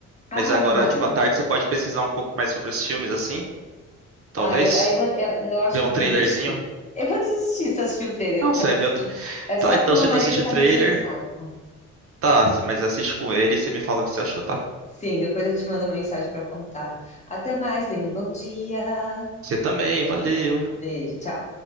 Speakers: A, on the right; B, on the left.
A: Mas
B: Ave
A: agora,
B: Maria.
A: tipo, à tarde você pode pesquisar um pouco mais sobre os filmes, assim, talvez.
B: Ah, eu, aí eu, vou- eu, eu acho
A: Ver
B: que
A: um
B: eu vou
A: trailerzinho.
B: desistir. Eu vou desistir se assistir o trailer.
A: Não, você
B: É porque
A: vai ver
B: assim,
A: outro.
B: é só
A: Tá, então
B: porque meu
A: você
B: marido
A: não assiste o
B: tá
A: trailer.
B: mexendo o saco.
A: Tá, mas assiste com ele e você me fala o que você achou, tá?
B: Sim, depois eu te mando uma mensagem pra contar. Até mais, tenha um bom dia.
A: Você também, valeu.
B: Beijo, tchau.